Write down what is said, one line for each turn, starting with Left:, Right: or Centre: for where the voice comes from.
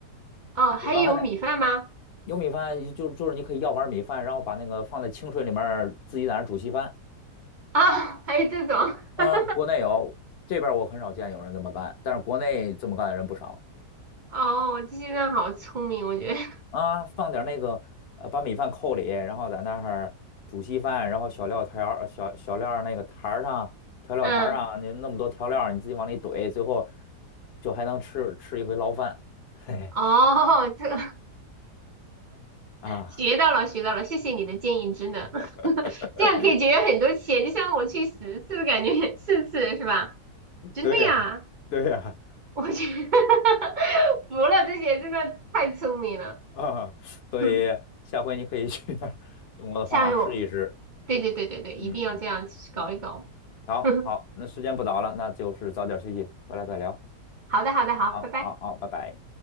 Right: 哦，还有米饭吗？
Left: 有时候还得有米饭，就就是你可以要碗米饭，然后把那个放在清水里面儿自己在那儿煮稀饭
Right: 啊，还有这种，
Left: 啊。
Right: <laughs>
Left: 国内有，这边儿我很少见有人这么干，但是国内这么干的人不少。
Right: 哦，这些人好聪明，我觉得，<laughs>
Left: 啊，放点儿那个呃，把米饭扣里，然后在那儿煮稀饭，然后小料条儿、呃小小料儿那个坛儿上、调料坛儿上，
Right: 嗯，
Left: 你那么多调料儿，你自己往里怼，最后就还能吃吃一回捞饭。<laughs> 嘿嘿
Right: 哦，这个 <laughs>
Left: 啊，
Right: 学到了，学到了，谢谢你的建议，真的，<laughs>
Left: <laughs>
Right: 这样可以节约很多钱，就像我去十次，感觉四次是吧？真的呀，
Left: 对呀，对呀，
Right: 我去，<laughs> 服了，这些真的太聪明了，
Left: 啊，
Right: <laughs>
Left: 所以下回你可以去那儿用我的方法试一试。
Right: 嗯，下回我，对对对对对，
Left: 嗯嗯嗯，
Right: 一定要这样去搞一搞，
Left: 好好，
Right: <laughs>
Left: 那时间不早了，那就是早点休息，回来再聊。
Right: 好的好的好，
Left: 好好好，
Right: 拜拜。
Left: 拜拜。